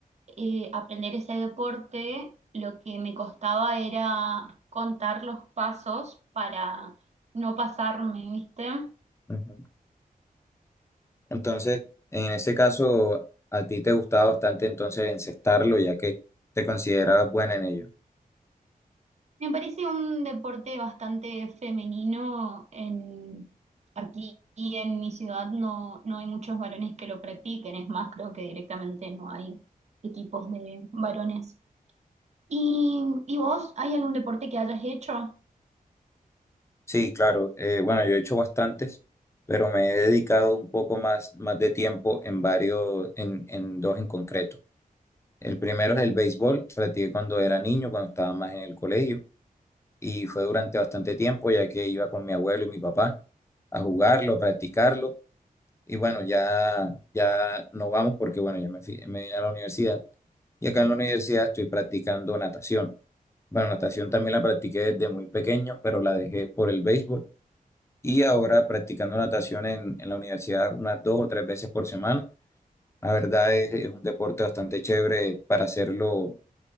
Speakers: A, on the right; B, on the left.
A: eh, aprender ese deporte, lo que me costaba era contar los pasos para no pasarme, ¿viste?
B: Ujú. Entonces, en ese caso, a ti te gustaba bastante entonces encestarlo, ya que te considerabas buena en ello.
A: Me parece un deporte bastante femenino. En, aquí en mi ciudad no, no hay muchos varones que lo practiquen, es más, creo que directamente no hay equipos de varones. ¿Y, y vos, hay algún deporte que hayas hecho?
B: Sí, claro. eh, bueno, yo he hecho bastantes, pero me he dedicado un poco más, más de tiempo en varios, en, en dos en concreto. El primero es el béisbol, practiqué cuando era niño, cuando estaba más en el colegio, y fue durante bastante tiempo, ya que iba con mi abuelo y mi papá a jugarlo, a practicarlo, y bueno, ya, ya no vamos porque, bueno, ya me, fui- me vine a la universidad. Y acá en la universidad estoy practicando natación. Bueno, natación también la practiqué desde muy pequeño, pero la dejé por el béisbol. Y ahora practicando natación en, en la universidad unas dos o tres veces por semana. La verdad es, es un deporte bastante chévere para hacerlo,